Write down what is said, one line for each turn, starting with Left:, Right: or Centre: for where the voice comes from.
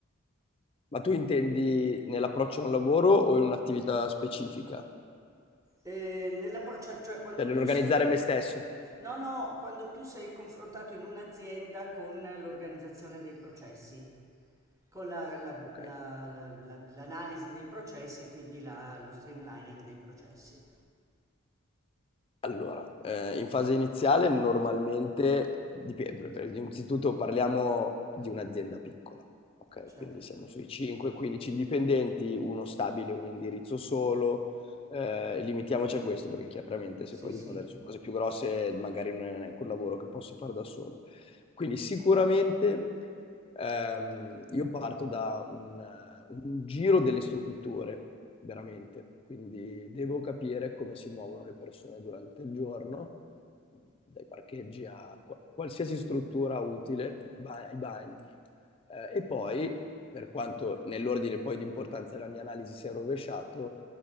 Left: Ma tu intendi nell'approccio a un lavoro o in un'attività specifica?
Right: Eh, nell'approccio, cioè quando
Left: Cioè nell'organizzare
Right: tu sei,
Left: me stesso?
Right: no, no, quando tu sei confrontato in un'azienda con l'organizzazione dei processi, con la- la-
Left: Ok.
Right: la- la- la- l'analisi dei processi e quindi la- lo streamlining dei processi.
Left: Allora, eh, in fase iniziale normalmente, dipende, per- innanzitutto parliamo di un'azienda piccola, ok?
Right: Certo,
Left: Quindi siamo sui 5-15 dipendenti, uno stabile, un indirizzo solo, eh, limitiamoci a questo perché chiaramente
Right: sì,
Left: se poi dobbiamo
Right: sì,
Left: andare su cose più grosse magari non è neanche un lavoro che posso fare da solo. Quindi sicuramente ehm, io parto da un un giro delle strutture veramente. Quindi devo capire come si muovono le persone durante il giorno, mh, dai parcheggi a qua- qualsiasi struttura utile, i ba- ai bagni. Eh, e poi, per quanto nell'ordine poi di importanza della mia analisi sia rovesciato,